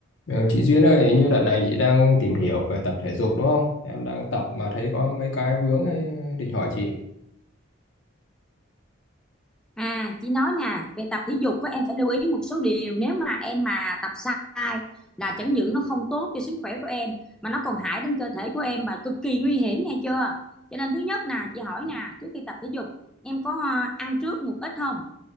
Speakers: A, on the left (about 65°); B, in the centre.
A: Ờ, chị Duyên ơi, hình như đợt này chị đang tìm hiểu về tập thể dục đúng không? Em đang tập mà thấy có mấy cái vướng ấy, định hỏi chị.
B: À, chị nói nè, về tập thể dục á, em phải lưu ý một số điều nếu mà em mà tập sai là chẳng những nó không tốt cho sức khỏe của em mà nó còn hại đến cơ thể của em và cực kỳ nguy hiểm nghe chưa? Cho nên thứ nhất nè, chị hỏi nè, trước khi tập thể dục em có à, ăn trước một ít không?